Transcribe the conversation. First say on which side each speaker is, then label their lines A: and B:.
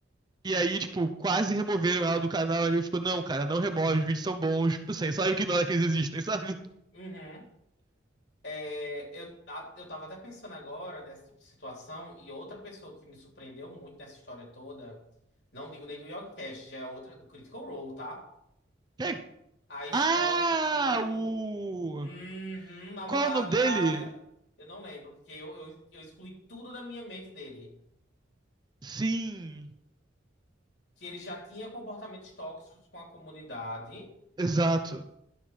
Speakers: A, on the right; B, on the left.
A: E aí, tipo, quase removeram ela do canal. Ele ficou, não, cara, não remove, os vídeos são bons. Tipo assim, só ignora que eles existem, <laughs> sabe?
B: uhum. É, eu, a- eu tava até pensando agora nessa tipo de situação, e outra pessoa que me surpreendeu muito nessa história toda, não digo nem do YogiCast, já é outra, do Critical Role, tá?
A: Quem?
B: A história
A: Ah,
B: do
A: o.
B: uhum, namorado
A: Qual é o nome dele?
B: da. Eu não lembro, porque eu, eu, eu excluí tudo da minha mente dele.
A: Sim,
B: Que ele já tinha comportamentos tóxicos com a comunidade,
A: exato.